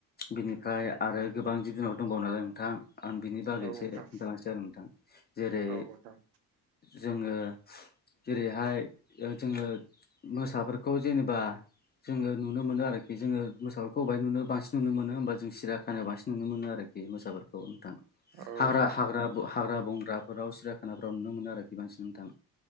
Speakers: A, on the left; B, on the right.
A: बिनिफ्राय आरो गोबां जिब जुनार दंबावो नालाय नोंथां आं बिनि बागै
B: औ
A: एसे
B: नोंथां
A: खोन्थालांसै आरो नोंथां जेरै
B: औ नोंथां औ नोंथां औ नोंथां
A: जोङो जेरैहाय जोङो मोसाफोरखौ जेनेबा जोङो नुनो मोनो आरोखि जोङो मोसाफोरखौ बहाय नुनो बांसिन नुनो मोनो होनोमबा जों सिरा खानायानो बांसिन नुनो मोनो आरोखि बे मोसाफोरखौ नोंथां
B: औ
A: हाग्रा
B: नोंथां
A: हाग्रा हाग्रा बंग्राफोराव सिराखानाफोराव नुनो मोनो आरोखि बांसिन नोंथां